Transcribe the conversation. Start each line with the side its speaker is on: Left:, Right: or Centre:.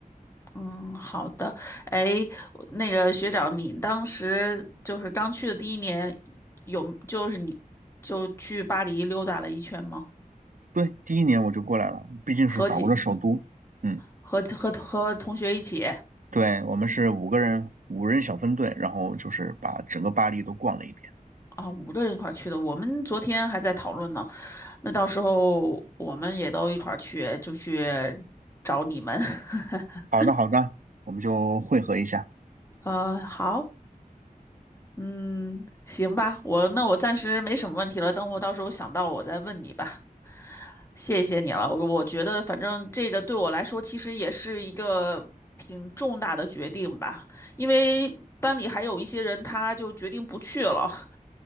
Left: 嗯，好的。哎，我那个学长，你当时就是刚去的第一年，有就是你就去巴黎溜达了一圈吗？
Right: 对，第一年我就过来了，毕竟是法国的首都。
Left: 和几
Right: 嗯，
Left: 和和和同学一起
Right: 对，我们是五个人，五人小分队，然后就是把整个巴黎都逛了一遍。
Left: 啊，五个人一块儿去的。我们昨天还在讨论呢。那到时候我们也都一块儿去，就去找你们。<laughs>
Right: 好的，好的，我们就汇合一下。
Left: 呃，好，嗯，行吧，我那我暂时没什么问题了，等我到时候想到我再问你吧。谢谢你了，我我觉得反正这个对我来说其实也是一个挺重大的决定吧，因为班里还有一些人他就决定不去了。